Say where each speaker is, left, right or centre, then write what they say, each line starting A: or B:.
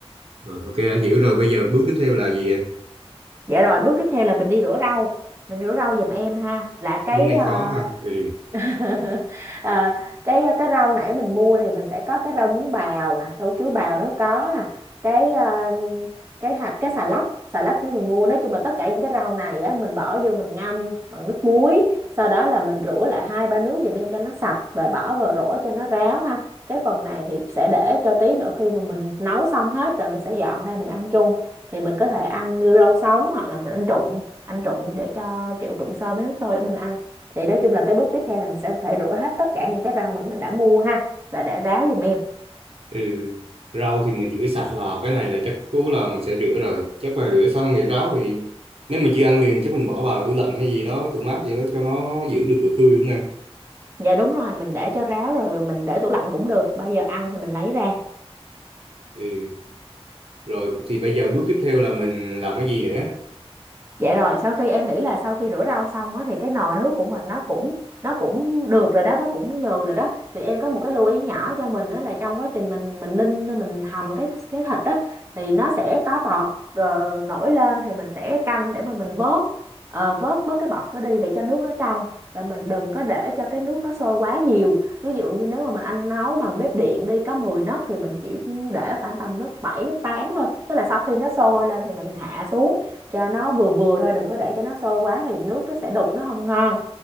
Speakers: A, on the right (about 65°); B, on the right (about 25°).
A: rồi ok anh hiểu rồi bây giờ bước tiếp theo là gì ạ?
B: Dạ rồi, bước tiếp theo là mình đi rửa rau. Mình rửa rau giùm em ha. Là cái
A: bước này
B: ờ,
A: khó ha ừ
B: <laughs> à, cái cái rau nãy mình mua thì mình sẽ có cái rau muống bào nè rau chuối bào nếu có nè cái à, cái hạt cái xà lách xà lách nếu mình mua nói chung là tất cả những cái rau này á mình bỏ vô mình ngâm bằng nước muối sau đó là mình rửa lại hai ba nước giùm em cho nó sạch và bỏ vào rổ cho nó ráo ha cái phần này thì sẽ để cho tí nữa khi mà mình nấu xong hết rồi mình sẽ dọn ra mình ăn chung thì mình có thể ăn như rau sống hoặc là mình ăn trụng ăn trụng để cho kiểu trụng sơ với nước sôi để mình ăn thì nói chung là cái bước tiếp theo là mình sẽ phải rửa hết tất cả những cái rau mình mình đã mua ha và để ráo giùm em
A: Ừ. Rau thì mình rửa sạch là cái này là chắc cú là mình sẽ rửa rồi chắc là rửa xong thì ráo thì nếu mà chưa ăn liền chắc mình bỏ vào tủ lạnh hay gì đó tủ mát gì đó cho nó giữ được độ tươi đúng không em?
B: dạ đúng rồi mình để cho ráo rồi mình để tủ lạnh cũng được bao giờ ăn thì mình lấy ra
A: ừ. rồi thì bây giờ bước tiếp theo là mình làm cái gì nữa
B: Dạ rồi, sau khi em nghĩ là sau khi rửa rau xong á thì cái nồi nước của mình nó cũng nó cũng được rồi đó, nó cũng nhừ rồi đó. Thì em có một cái lưu ý nhỏ cho mình đó là trong quá trình mình mình ninh mình hầm cái cái thịt á thì nó sẽ có bọt ờ, nổi lên thì mình sẽ canh để mà mình vớt ờ, vớt bớt cái bọt đó đi để cho nước nó trong và mình đừng có để cho cái nước nó sôi quá nhiều. Ví dụ như nếu mà mình ăn nấu bằng bếp điện đi có 10 nấc thì mình chỉ để khoảng tầm nấc 7 nấc 8 thôi. Tức là sau khi nó sôi lên thì mình hạ xuống cho nó vừa vừa thôi đừng có để cho nó sôi quá thì nước nó sẽ đục nó không ngon